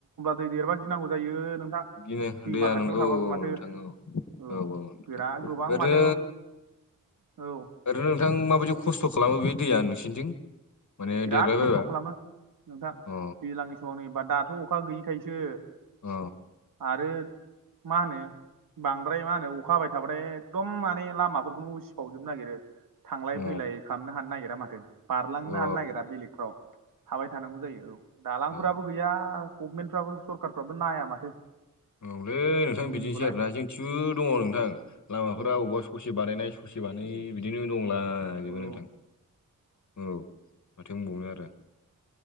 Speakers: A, on the right (about 85°); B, on the left (about 60°).
A: दै देरबा गिनांगौ जायो नोंथां
B: बिदिनो
A: दैमा
B: दैया
A: खाथियाव
B: नंगौ
A: थाबाबो
B: औ
A: माथो
B: नोंथां
A: औ
B: औ औ
A: बिराद गोबां
B: ओरैनो
A: मानोे औ
B: ओरैनो नोंथां माबायदि खस्थ' खालामो बे दैया नोंसिनिथिं माने
A: बिराद
B: देरबायबायबा
A: खस्थ' खालामो नोंथां
B: अ
A: दैज्लांनि बे नैबा दाथ' अखा गैयिखायसो
B: अ
A: आरो मा होनो बांद्राय मा होनो अखा हाबाय थाब्राय एखदम माने लामाफोरखौनो उसिफावजोबनो नागिरो थांलाय
B: अ
A: फैलाय खालामनो हानो नागिरा माथो बारलांनो
B: औ
A: हानो नागिरा बेलेगफ्राव थाबाय थानांगौ जायो औ दालांफोराबो
B: औ
A: गैया गभमेन्टफ्राबो सरखारारफ्राबो नाया माथो
B: औलै नोंथां
A: जोंनिखौलाय
B: बिदिनोसै आरोना जोंथि दङ नोंथां लामाफोरा
A: औ
B: बबावबा स ससे बानायनाय ससे बानायै बिदिनो दंलाजोबो
A: औ
B: नोंथां औ माथो बुंबावनो आरो